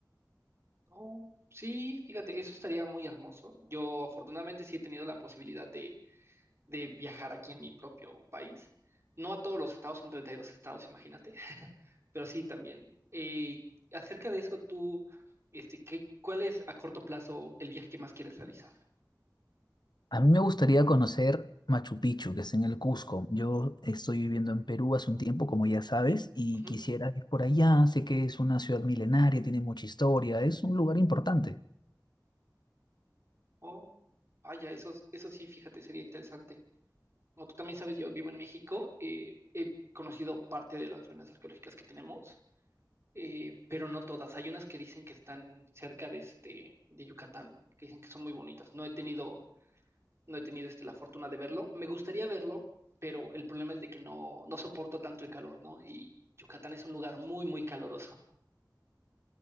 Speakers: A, on the right; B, on the left.
A: Oh, sí, fíjate, eso estaría muy hermoso. Yo afortunadamente sí he tenido la posibilidad de de viajar aquí en mi propio país. No a todos los estados, son 32 estados, imagínate, <laughs> pero sí también. Eh, acerca de eso, tú, este, ¿qué, cuál es a corto plazo el viaje que más quieres realizar?
B: A mí me gustaría conocer Machu Picchu, que es en el Cusco. Yo estoy viviendo en Perú hace un tiempo, como ya sabes, y
A: Ujú.
B: quisiera ir por allá. Sé que es una ciudad milenaria, tiene mucha historia, es un lugar importante.
A: Oh, vaya, eso, eso sí, fíjate, sería interesante. Como tú también sabes, yo vivo en México, eh, he conocido parte de las ruinas arqueológicas que tenemos, eh, pero no todas. Hay unas que dicen que están cerca de, este, de Yucatán, que dicen que son muy bonitas. No he tenido no he tenido este, la fortuna de verlo. Me gustaría verlo, pero el problema es de que no, no soporto tanto el calor, ¿no? Y Yucatán es un lugar muy, muy caloroso.